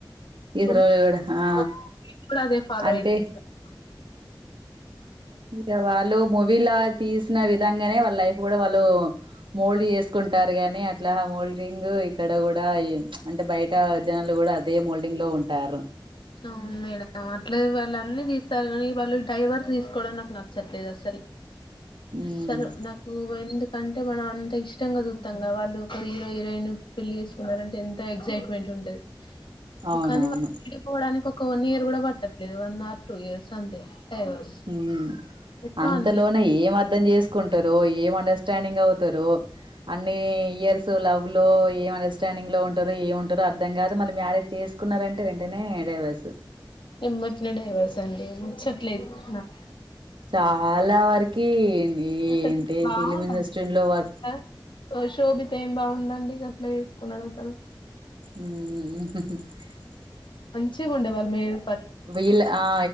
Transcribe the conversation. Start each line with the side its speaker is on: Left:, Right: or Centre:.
Right: ఇతరులు
Left: <inaudible>
Right: కూడా ఆ
Left: కూడా ఫాలో
Right: అంటే
Left: అయిపోతారు
Right: ఇగ వాలు మూవిలా తీస్ విధంగానే వాళ్ళ లైఫ్ కూడా వాళ్ళు మోల్డ్ చేసుకున్ అంటారు గాని అట్లా హోల్డ్ రింగు ఇక్కడ కూడా ఈ అంటే బయట జనాలు కూడా అదే మోల్డింగ్ లో ఉంటారు
Left: అవును మేడం అట్లా వాళ్ళు అన్ని తీస్తారు కానీ వాళ్ళు డైవర్ తీసుకోవడం నాకు నచ్చట్లేదు అసలు
Right: ఉమ్
Left: సలు నాకు ఎందుకు కంటే మనం అంత ఇష్టంగా చూద్దాం కదా వాళ్ళు ఒక హీరో హీరోయిన్ పెళ్లి చేసుకున్నారంటే ఎంతో ఎగ్సైట్మెంట్ ఉంటది
Right: అవునవును
Left: కానీ వాళ్ళు విడిపోవడానికి ఒక వన్ ఇయర్ కూడా పట్టట్లేదు వన్ ఆర్ టూ ఇయర్స్ అంతే డైవర్స్
Right: ఉ
Left: ఎట్లా
Right: అంతలోనే
Left: అనిపిస్తా
Right: ఏం అర్ధం చేస్ కుంటారో ఏం అండర్స్టాండింగ్ అవుతారో అన్ని ఇయర్స్ లవ్ లో ఏం అండర్స్టాండింగ్ లో ఉంటారు ఏముంటారు అర్థం కాదు మళ్ళ మ్యారేజ్ చేసుకున్నారంటే వెంటనే డైవర్స్
Left: ఏంబటనే డైవర్స్ అండి ఏమో నచ్చట్లేదు నాకీ
Right: చాలా వరకి
Left: అసలు
Right: ఏంటి
Left: బాగుంట
Right: ఫిలిం ఇండస్ట్రీలో వర్క్
Left: ఆ షో ఏం బాగు ఉందండి గట్లా చేసుకున్నాడు అతను
Right: ఉ
Left: చ్చిగుండా వాళ్లు ఏం
Right: వీల్ ఆ